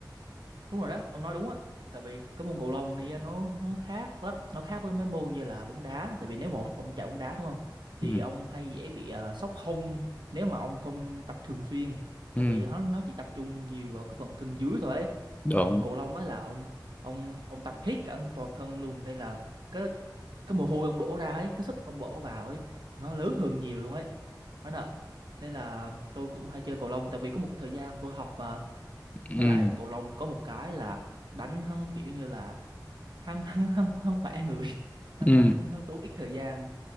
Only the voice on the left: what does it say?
ừ
ừ
đúng
ừ
ừ